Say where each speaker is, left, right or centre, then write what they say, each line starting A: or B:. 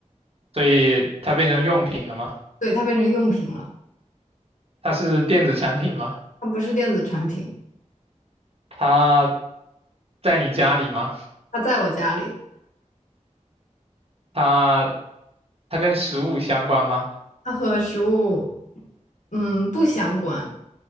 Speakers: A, on the right; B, on the left.
A: 所以它变成用品了吗？
B: 对，它变成用品了，
A: 它是电子产品吗？
B: 它不是电子产品，
A: 它在你家里吗？
B: 它在我家里，
A: 它它跟食物相关吗？
B: 它和食物，嗯，不相关，